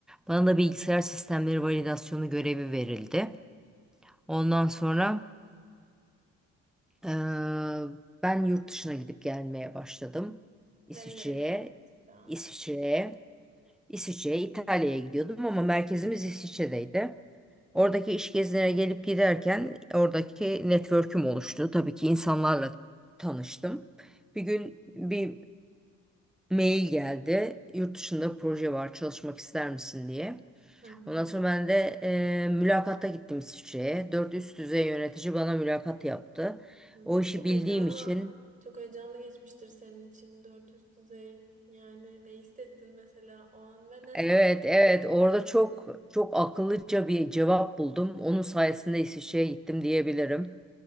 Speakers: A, in the centre; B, on the right.
A: Bana da bilgisayar sistemleri validasyonu görevi verildi. Ondan sonra Eee, ben yurt dışına gidip gelmeye başladım. İsviçre'ye,
B: Nerelere gittin mesela?
A: İsviçre'ye, İsviçre'ye, İtalya'ya gidiyordum ama merkezimiz İsviçre'deydi.
B: Hı
A: Oradaki iş gezilerine gelip giderken oradaki network'üm oluştu. Tabii ki insanlarla tanıştım. Bir gün bir mail geldi. Yurt dışında proje var, çalışmak ister misin diye.
B: hı hı.
A: Ondan sonra ben de eee mülakatta gittim İsviçre'ye. Dört üst düzey yönetici bana mülakat yaptı.
B: hı
A: O işi
B: Çok
A: bildiğim
B: heyecanlı,
A: için
B: çok heyecanlı geçmiştir senin için dört üst düzey. Yani ne hissettin mesela o an ve ne
A: Evet,
B: sor
A: evet.
B: genelde?
A: Orada çok çok akıllıca bir cevap buldum. Onun sayesinde İsviçre'ye gittim diyebilirim.